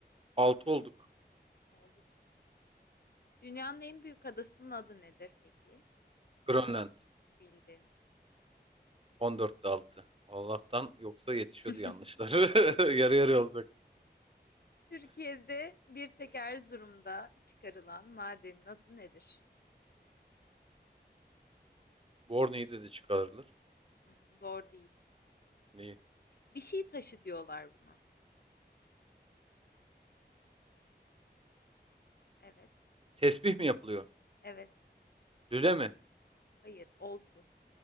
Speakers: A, on the right; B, on the left.
A: 6 olduk.
B: Olduk. Dünyanın en büyük adasının adı nedir peki?
A: Grönland.
B: Bildin.
A: 14'te 6. Allah'tan yoksa yetişiyordu
B: <laughs>
A: yanlışlar. <laughs> Yarı yarıya olacak.
B: Türkiye'de bir tek Erzurum'da çıkarılan madenin adı nedir?
A: Borne'yi de de çıkarılır.
B: Hı hı, doğru değil.
A: Neyi?
B: Bir şey taşı diyorlar buna. Evet.
A: Tesbih mi yapılıyor?
B: Evet.
A: Lüle mi?
B: Hayır. Oltu.